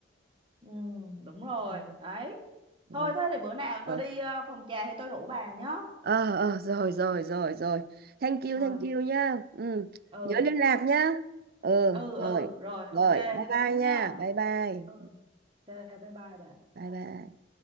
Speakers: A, on the right; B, on the right.
A: ừ đúng rồi
B: Ừ.
A: đấy
B: rồi.
A: thôi thế thì bữa nào
B: ờ
A: tôi đi ờ, phòng trà thì tôi rủ bà nhé
B: ờ ờ, rồi rồi rồi rồi thank you
A: rồi
B: thank you nhá ừ
A: ừ
B: nhớ liên lạc nhá ừ
A: ừ
B: rồi
A: ừ rồi ok
B: rồi bye
A: thế
B: bye nha
A: nhá
B: bye bye
A: ừ ok bye bye bà
B: Bye bye.